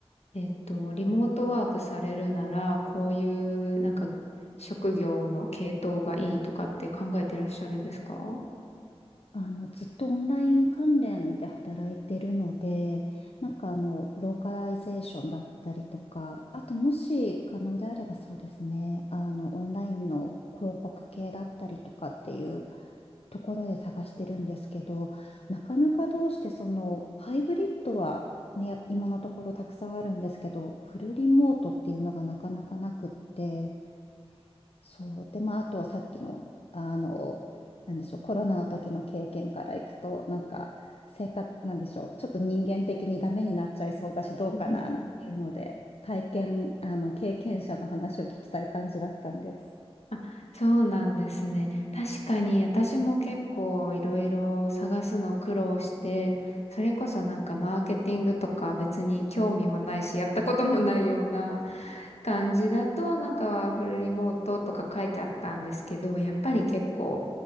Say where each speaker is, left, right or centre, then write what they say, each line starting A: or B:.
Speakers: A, on the left; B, on the left.
A: えっと、リモートワークされるなら、こういうなんか職業の系統がいいとかって考えてらっしゃるんですか
B: あの、ずっとオンライン関連で働いてるので、なんかあの、ローカライゼーションだったりとか、あともし可能であればそうですね、あの、オンラインの広告系だったりとかっていうところで探してるんですけど、なかなかどうしてその、ハイブリッドはね、今のところたくさんあるんですけど、フルリモートっていうのがなかなかなくって、そう。で、まあ、あとはさっきの、あの、なんでしょう、コロナの時の経験からいくと、なんか、生活、なんでしょう、ちょっと人間的にダメになっちゃいそうだし、どうかな、
A: うん
B: なんていうので、体験、あの、経験者の話を聞きたい感じだったんです。
A: あ、そうなんですね。確かに私も結構いろいろ探すの苦労して、それこそなんかマーケティングとか別に興味もないし、やったこともないような感じだと、なんかフルリモートとか書いてあったんですけど、やっぱり結構